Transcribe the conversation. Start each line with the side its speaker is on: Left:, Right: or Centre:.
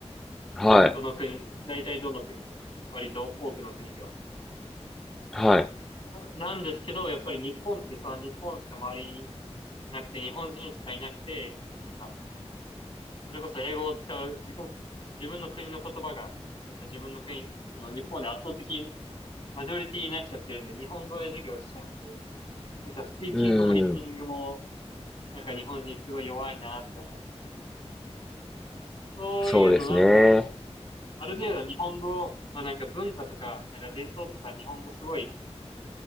Centre: はい。
Left: どの国、大体どの国でも割と多くの国では。
Centre: はい。
Left: な、なんですけど、やっぱり日本ってその日本しか周りになくて、日本人しかいなくて、なんか、それこそ英語を使う自国、自分の国の言葉が、やっぱ自分の国、その日本で圧倒的にマジョリティになっちゃってるんで、日本語で授業しちゃうんで、なんかスピーキングもリスニングも
Centre: うん。
Left: なんか日本人すごい弱いなって思って、そういうのなんとかし、
Centre: そうですね。
Left: ある程度日本語、まあなんか文化とか、なんか伝統とか日本語すごい